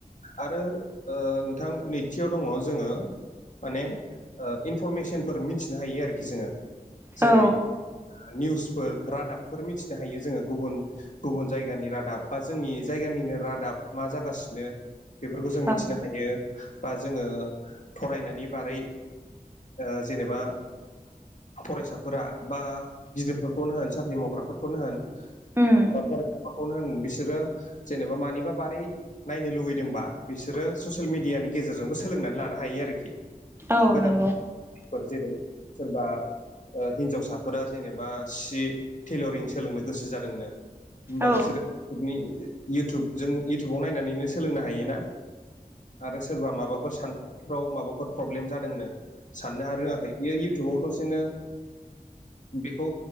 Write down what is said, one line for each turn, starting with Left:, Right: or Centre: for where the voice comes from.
Left: आरो ओ नोंथां नैथियाव दङ जोङो माने ओ इनफरमेसनफोर मिथिनो हायो आरोखि जोङो
Right: औ
Left: जेरै ओ निउसफोर रादाबफोर मिथिनो हायो जोङो गुबुन गुबुन जायगानि रादाब बा जोंनि जायगानिनो रादाब मा जागासिनो बेफोरखौ जों
Right: औ
Left: मिथिनो हायो बा जोङो फरायनानै बारै ओ जेनेबा फरायसाफोरा बा गिदिरफोरखौनो होन साख्रि मावग्राफोरखौनो होन
Right: उम
Left: बा फरायसाफोरखौनो होन बिसोरो जेनेबा मानिबा बारै नायनो लुगैदोंबा बिसोरो ससियेल मिडियानि गेजेरजोंबो सोलोंनानै लानो हायो आरोखि।
Right: औ
Left: गोदान
Right: नंगौ
Left: फोर जेरै सोरबा हिनजावसाफोरा जेनेबा सि टेलरिं सोलोंनो गोसो जादोंनो होमबा
Right: औ
Left: बिसोरो <unintelligible> इउटुब जों इउटुबाव नायनानैनो सोलोंनो हायोना आरो सोरबा माबाफोर सानफ्राव माबाफोर प्रब्लेम जादोंनो साननो हा रोङाखै बेयो इउटुबाव दसेनो बेखौ